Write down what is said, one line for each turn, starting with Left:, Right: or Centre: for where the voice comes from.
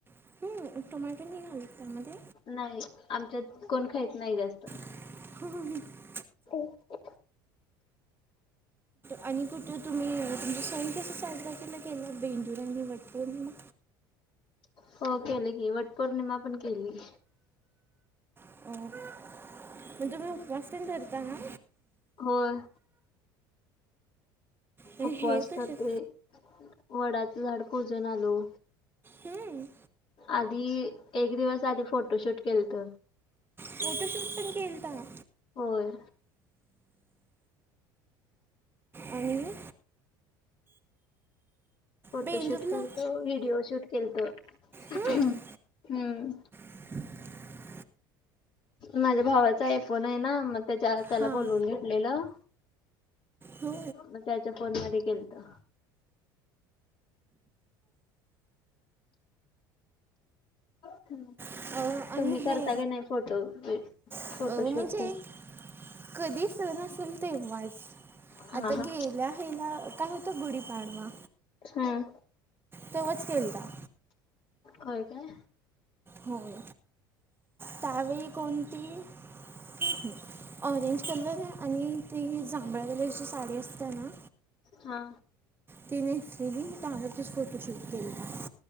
Right: हां टोमॅटो नाही घालत, त्यामध्ये?
Left: नाही. आमच्यात, कोण खाईत नाही जास्त
Right: <unintelligible>
Left: <unintelligible>
Right: आणि कुठं तुम्ही? तुमचा सण कसां साजरा केला? बेंदूर आणि वटपौर्णिमा.
Left: हो केलं की. वटपौर्णिमा पण केली.
Right: <inaudible> पण तुम्ही, उपवास पण धरता ना?
Left: होय.
Right: हे
Left: उपवास
Right: तसेच
Left: करते. वडाचं झाड पुजून आलो.
Right: हम्.
Left: आधी, एक दिवस आधी. फोटोशूट केलतं.
Right: फोटोशूट पण केलतं!
Left: होय.
Right: आणि <unintelligible>
Left: फोटोशूट
Right: बेंदूरला
Left: केलतं. व्हिडिओ शूट केलतं. <unintelligible>
Right: हम्म.
Left: हम्म.
Right: <inaudible>
Left: माझ्या भावाचा आयफोन य ना. मग त्याच्या त्याला
Right: हां
Left: बोलवून घेतलेलं.
Right: हो
Left: मग, त्याच्या फोनमध्ये केलतं. हं.
Right: अं, आणि
Left: तुम्ही
Right: हे
Left: करता का नाही? फोटो,
Right: अं,
Left: फोटोशूट
Right: म्हणजे
Left: ते.
Right: कधी सण असेल, तेव्हाच.
Left: हा
Right: आता
Left: हा
Right: गेल्या हयला काय हो गुढीपाडवा
Left: हं.
Right: तेव्हाच केलता.
Left: होय, काय?
Right: होय. त्यावेळी कोणती? <inaudible> ऑरेंज कलर आणि ती, ही जांभळ्या कलरची साडी असते ना?
Left: हा.
Right: ति नेेसलेली. पाण्यातच फोटोशूट केलता.